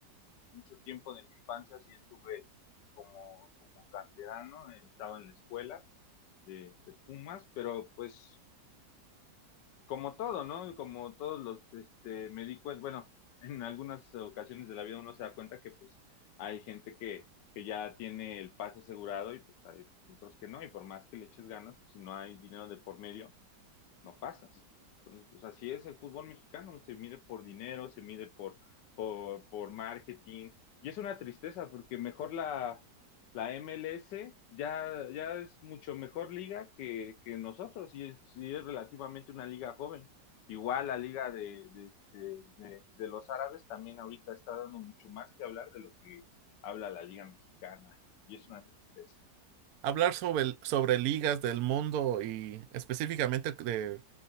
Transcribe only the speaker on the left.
mucho tiempo de mi infancia sí estuve como, como canterano, eh, estaba en la escuela de, de Pumas, pero pues como todo, ¿no? Como todos los, este, me di cuenta, bueno, <laughs> en algunas ocasiones de la vida uno se da cuenta que pues hay gente que, que ya tiene el pase asegurado y pues hay otros que no, y por más que le eches ganas, pues, si no hay dinero de por medio, no pasas. Entonces, pues así es el fútbol mexicano, se mide por dinero, se mide por, por, por marketing, y es una tristeza porque mejor la, la MLS ya, ya es mucho mejor liga que, que nosotros y es, y es relativamente una liga joven. Igual la liga de, de, de, de- de los árabes también ahorita está dando mucho más que hablar de lo que habla la liga mexicana y es una tristeza.